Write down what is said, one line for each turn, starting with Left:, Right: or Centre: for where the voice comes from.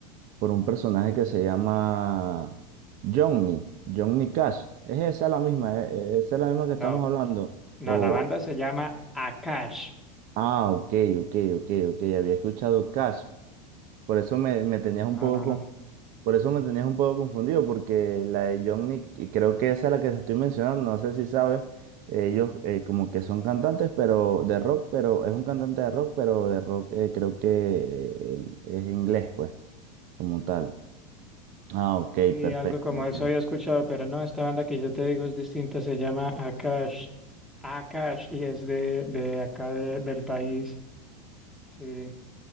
Right: por un personaje que se llama Johnny, Johnny Cash. ¿Es esa la misma? ¿E- ¿Esa es la misma que estamos
Centre: No,
Right: hablando?
Centre: no,
Right: O,
Centre: la banda se llama Akash.
Right: ah, ok, ok, ok, ok, había escuchado Cash. Por eso me, me tenías
Centre: No,
Right: un poco
Centre: no, no.
Right: con- por eso me tenías un poco confundido, porque la de Johnny, y creo que esa es la que te estoy mencionando, no sé si sabes, ellos eh, como que son cantantes, pero de rock, pero es un cantante de rock, pero de rock eh, creo que eh, es inglés, pues, como tal. Ah, ok,
Centre: Y
Right: perfecto,
Centre: algo como
Right: entiendo.
Centre: eso había escuchado, pero no, esta banda que yo te digo es distinta, se llama Akash. Akash y es de, de acá de- del país. Sí.